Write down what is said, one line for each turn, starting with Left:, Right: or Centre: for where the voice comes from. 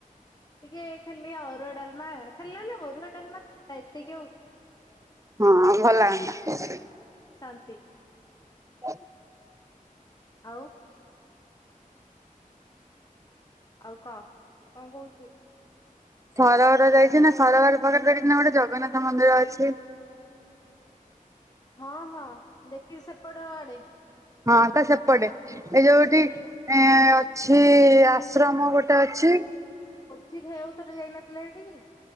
Left: ଟିକେ ଖାଲି ଅରୁଆ ଡାଲମା ହେଲାଲୋ ଅରୁଆ ଡାଲମା ଖଟା। ଏତିକି ଆଉ
Right: ହଁ ଭଲ ଲାଗନ୍ତା। <inaudible>
Left: ଶାନ୍ତି।
Right: <inaudible>
Left: ଆଉ ଆଉ କହ କଣ କହୁଛୁ
Right: ସରବର ଯାଇଛୁ ନା ସରବର ପାଖରେ ଦେଖିଛୁନା ଗୋଟେ ଜଗନ୍ନାଥ ମନ୍ଦିର ଅଛି।
Left: ହଁ ହଁ ଦେଖିଚି ସେପଟ ଆଡେ।
Right: ହଁ ତ ସେପଟେ। ଏ ଯୋଉଠି
Left: ହୁଁ
Right: ଏଁ ଅଛି। କି ଆଶ୍ରମ ଗୋଟେ ଅଛି।
Left: ଜି ଖାଇବାକୁ ଥରେ ଯାଇନଥିଲେ ହେଠିକି